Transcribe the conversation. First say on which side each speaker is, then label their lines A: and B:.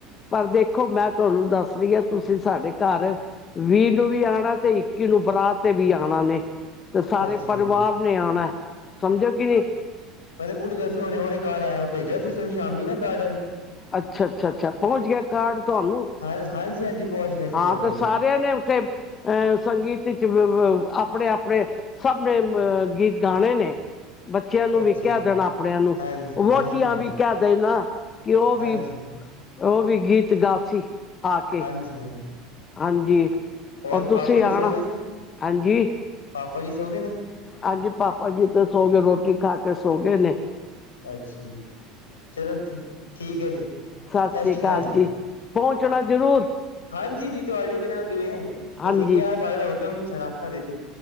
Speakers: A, on the left; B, on the left.
A: ਪਰ ਦੇਖੋ ਮੈਂ ਤੁਹਾਨੂੰ ਦੱਸਦੀ ਆ, ਤੁਸੀਂ ਸਾਡੇ ਘਰ ਵੀਹ ਨੂੰ ਵੀ ਆਣਾ, ਤੇ ਇੱਕੀ ਨੂੰ ਬਰਾਤ ਤੇ ਵੀ ਆਣਾ ਨੇ। ਤੇ ਸਾਰੇ
B: ਅੱਛਾ
A: ਪਰਿਵਾਰ
B: ਜੀ
A: ਨੇ ਆਣਾ ਏ, ਸਮਝੋ ਕਿ ਨਈ?
B: ਕਹਿੰਦੇ ਕੁੜੀ ਦਾ ਸੀ, ਹੁਣੇ-ਹੁਣੇ ਕਾਰਡ ਆਇਆ, ਭੇਜੇਆ ਸੀ ਤੁਸੀਂ ਸ਼ਾਮੀ ਨਾ ਕਾਰਡ ਅੱਜ?
A: ਅੱਛਾ-ਅੱਛਾ-ਅੱਛਾ, ਪੌਂਚ ਗੇਆ ਕਾਰਡ ਤੁਹਾਨੂੰ?
B: ਹਾਏ-ਹਾਏ ਜੀ ਹਾਂਜੀ। ਪਹੁੰਚ ਗਿਆ ਜੀ
A: ਹਾਂ
B: ਪਹੁੰਚ ਗਿਆ
A: ਤੇ ਸਾਰੇਆਂ ਨੇ ਉੱਥੇ ਅਹ ਸੰਗੀਤ ਇੱਚ ਵ-ਵ, ਆਪਣੇ-ਆਪਣੇ ਸਭ ਨੇ ਅਹ ਗੀਤ ਗਾਣੇ ਨੇ। ਬੱਚੇਆਂ ਨੂੰ
B: ਅੱਛਾ
A: ਵੀ ਕੇਹ ਦੇਣਾ ਆਪਣੇਆਂ ਨੂੰ,
B: ਹਾਂਜੀ
A: ਵੋਟੀਆਂ
B: ਹਾਂਜੀ ਭੈਣ
A: ਵੀ
B: ਜੀ
A: ਕੇਹ ਦੇਣਾ। ਕਿ ਔਹ ਵੀ,
B: ਹਾਂਜੀ
A: ਔਹ ਵੀ ਗੀਤ ਗਾਸੀ, ਆ ਕੇ।
B: ਜੀ ਹਾਂਜੀ
A: ਹਾਂਜੀ
B: ਹੋਰ
A: ਔਰ ਤੁਸੀਂ
B: ਪਾਪਾ ਜੀ
A: ਆਣਾ
B: ਸੋ ਗਏ
A: ਹਾਂਜੀ
B: ਪਾਪਾ ਜੀ ਸੋ ਗਏ ਨੇ
A: ਹਾਂਜੀ, ਪਾਪਾ ਜੀ ਤੇ ਸੋ ਗਏ, ਰੋਟੀ ਖਾ ਕੇ ਸੋ ਗਏ ਨੇ।
B: ਅੱਛਾ ਜੀ, ਚਲੋ ਠ ਠੀਕ ਐ ਜੀ।
A: ਸਾਸੀਕਾਲ
B: ਸਤਿ ਸ੍ਰੀ ਅਕਾਲ
A: ਜੀ, ਪੌਂਚਣਾ ਜਰੂਰ।
B: ਹਾਂਜੀ ਵੀ ਤੁਹਾਡੇ ਬਿਨਾਂ ਕਿਵੇਂ,
A: ਹਾਂਜੀ
B: ਤੁਸੀਂ ਕਿਆ, ਤੁਹਾਡਾ ਹੁਕਮ ਸਰਾਖਾ ਤੇ ਜੀ।